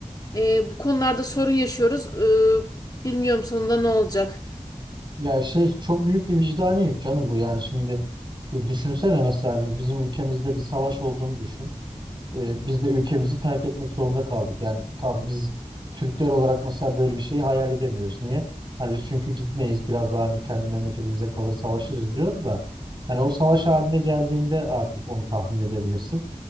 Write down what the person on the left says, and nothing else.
E, bu konularda sorun yaşıyoruz. E, bilmiyorum sonunda ne olacak.